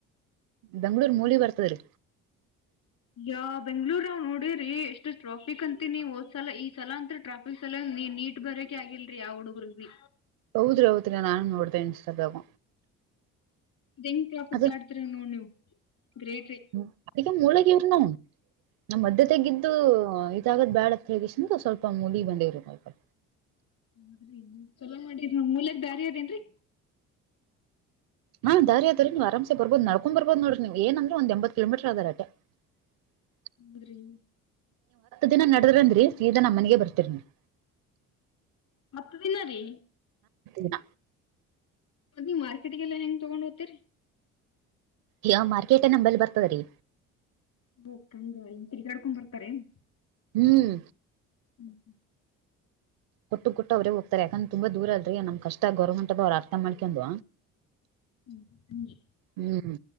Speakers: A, on the right; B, on the left.
A: ಬೆಂಗಳೂರು ಮೂಲೆ ಬರ್ತದ್ರಿ
B: ಎ ಬೆಂಗಳೂರಾಗ್ ನೋಡಿರೀ ಎಷ್ಟು ಸ್ಟ್ರಾಫಿಕ್ ಅಂತಿನೀ ಓದ್ಸಲ ಈ ಸಲ ಅಂತ ಟ್ರಾಫಿಕ್ ಸಲಾ ನೀಟ್ ಬರ್ಯಾಕೆ ಆಗಿಲ್ರೀ ಯಾ ಹುಡುರ್ಗ್ ರೀ
A: ಹೌದ್ರಿ ಹೌದ್ರಿ ನಾನು ನೋಡಿದೆ ಇನ್ಸ್ಟಾದಾಗ
B: ಇದ್ ಹೆಂಗ್ ಟ್ರಾಫಿಕ್
A: ಅದು
B: ದಾಟ್ತಿರಿ ನೋಡ್ ನೀವು ಗ್ರೇಟ್ ರೀ
A: <unintelligible> ನಮ್ಮ ಮಧ್ಯದಾಗಿದ್ದೂ ಇದಾಗದ್ ಬ್ಯಾಡ ಅಂತ್ಹೇಳಿ ಕ್ಯಾಸಿಂದ ಸ್ವಲ್ಪ ಮೂಡಿಗ್ ಬಂದೇವ್ರೀ ಇವಾಗ
B: ಹೌದ್ರಿ ಚುಲೋ ಮಾಡೀರ್ ಮೂಲ್ಯಾಗ್ ದಾರಿ ಅದೇನ್ರಿ
A: ಹಾಂ ದಾರಿ ಅದ ರೀ ನೀವು ಅರಾಮ್ಸೇ ಬರಬಹುದು ನಡ್ಕೊಂಡ ಬರಬಹುದು ನೋಡ್ರಿ ನೀವ್ ಏನಂದ್ರ ಒಂದ ಎಂಬತ್ತು ಕಿಲೋಮೀಟರು ಅದರೀ ಅಟ್ಟೇ <unintelligible>
B: ಹೌದ್ರೀ
A: ದಿನ ನಡದ್ರಂದ್ರಿ ಸೀದಾ ನಮ್ ಮನಿಗೆ ಬರ್ತೀರಿ ನೀವು
B: ಮತ್ತದಿನರೀ
A: ದಿನ.
B: ಮತ್ತ್ ನೀವ್ ಮಾರ್ಕೆಟ್ಗೆಲ್ಲಾ ಹೆಂಗ ತಗೊಂಡ್ ಹೋಗ್ತೀರಿ
A: ಯಾ ಮಾರ್ಕೆಟ್ ನಂಬಲ್ಲಿ ಬರ್ತದ ರೀ
B: ಓಕಂಗ ತಿರ್ಗಾಡ್ಕೊಂಡ್ ಬರ್ತಾರೇನ್
A: ಹ್ಮ್
B: <inaudible>
A: ಕೊಟ್ಟು ಕೊಟ್ಟು ಅವ್ರೇ ಹೋಗ್ತಾರೆ ಯಾಕಂದ್ರೆ ತುಂಬಾ ದೂರಲ್ರಿ ನಮ್ ಕಷ್ಟ ಗೌರ್ಮಂಟ್ದವ್ರ ಅರ್ಥ ಮಾಡ್ಕೊಂಡ್
B: ಹ್ಮ ಹಂಗೆ
A: ಹ್ಮ್